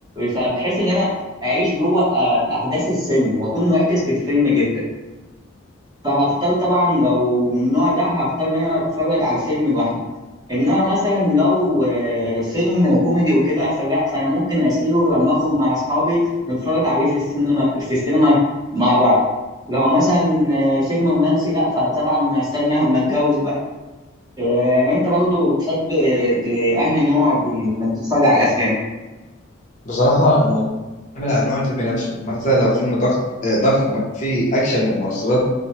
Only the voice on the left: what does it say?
بصراحة الموضوع بيعتمد على نوع الفيلم نفسه مثلا لو فيلم ضغط آه، ضخم فيه اكشن ومؤثرات